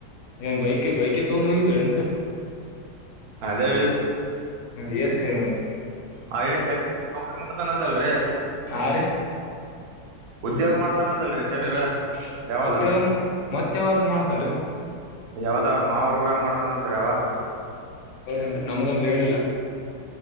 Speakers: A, on the left; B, on the right.
A: ಏನ್ ಬೈಕ್ ಬೈಕೆ ತಗೊಂಡ ಹೋಗಿದ್ರಿ ಅಟ
B: ಅದೇ
A: ಹ್ಮ ಯಸರಿೀ
B: ಹ ಏನ್ ಸ ಮಾಡ್ತಾನಂತಲ್ರಿ
A: ಆ ರೀ
B: ಉದ್ಯೋಗ ಮಾಡ್ತಾನ ಅಂತಲ್ರಿೀಷಮೀರ ಯಾವದ
A: ಉದ್ಯೋಗ ಮತ್ತೆ ಯಾವ್ದ್ ಮಾಡ್ತನ್ರಿ
B: ಯಾವ್ದ ಅವ್ರ ಮಾವಾರ ಊರಾಗ ಮಾಡ್ತಾನ ಅಂತರಾವ <inaudible>
A: ಹೌದೇನ್ರಿ ಅಂತ ನಮಗಂದ್ರೆ ಹೇಳಿಲ್ಲಾ.